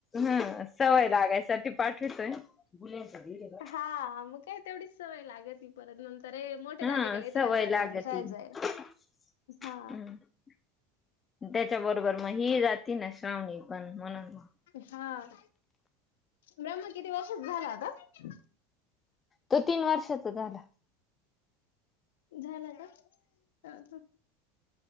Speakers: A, on the left; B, on the left.
A: ह, सवय लागायसाठी पाठवतोय. <unintelligible>
B: हा, मग काय तेवढीच सवय लागती. परत नंतर र मोठे
A: हा
B: झाले का लय
A: सवय
B: त्रास देताये
A: लागती
B: मग शाळेत जायला.
A: <inaudible>
B: हा.
A: हम्म त्याच्या बरोबर मग ही जाती ना. श्रावणी पण म्हणून.
B: हा. <unintelligible> किती वर्षाचा झाला, आता?
A: तो तीन वर्षाचा झाला.
B: झाला का? <inaudible> अ ह.